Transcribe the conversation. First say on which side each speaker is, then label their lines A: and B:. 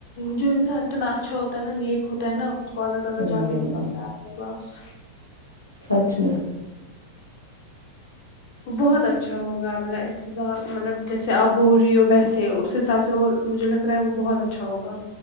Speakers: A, on the left (about 40°); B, on the left (about 85°).
A: جو انسان اتنا اچھا ہوتا ہے نا نیک ہوتا ہے نا اس کو اللہ تعالی
B: ہ
A: جلد ہی بلاتا ہے اپنے پاس
B: سچ میں
A: بہت اچھا ہوگا مطلب اس حساب مطلب جیسے اب ہو رہی ہو ویسے اس حساب سے وہ مجھے لگتا وہ بہت اچھا ہوگا